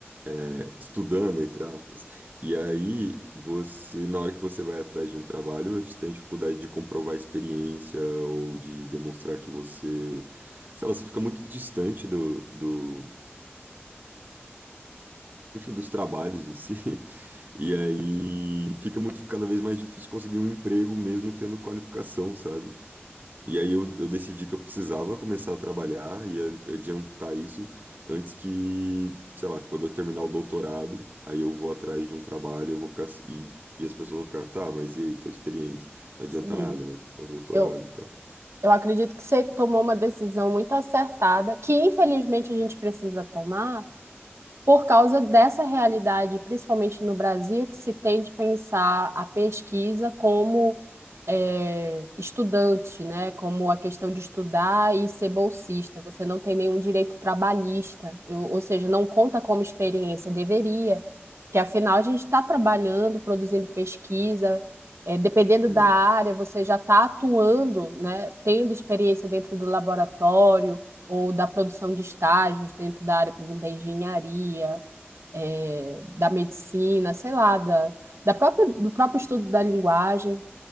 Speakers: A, on the right (about 45°); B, on the right (about 80°).
A: é, estudando, entre aspas, e aí você, na hora que você vai atrás de um trabalho, você tem dificuldade de comprovar a experiência ou de demonstrar que você. Sei lá, você fica muito distante do, do, enfim, dos trabalhos em si. <laughs> E aí fica muito cada vez mais difícil conseguir um emprego mesmo tendo qualificação, sabe? E aí eu, eu decidi que eu precisava começar a trabalhar e an- adiantar isso antes que, sei lá, quando eu terminar o doutorado, aí eu vou atrás de um trabalho, eu vou ficar se- e, e as pessoas vão ficar, tá, mas e aí, tua experiência? Não
B: Sim.
A: adianta nada, né? Ter um doutorado
B: Eu,
A: e tal.
B: eu acredito que você tomou uma decisão muito acertada, que infelizmente a gente precisa tomar por causa dessa realidade, principalmente no Brasil, que se tende a pensar a pesquisa como eh, estudante, né? Como a questão de estudar e ser bolsista. Você não tem nenhum direito trabalhista, ou ou seja, não conta como experiência, deveria, que afinal a gente está trabalhando, produzindo pesquisa. eh, dependendo
A: É,
B: da
A: é.
B: área, você já está atuando, né, tendo experiência dentro do laboratório, ou da produção de estágios dentro da área, por exemplo, da engenharia, eh, da medicina, sei lá, da, da própria, do próprio estudo da linguagem.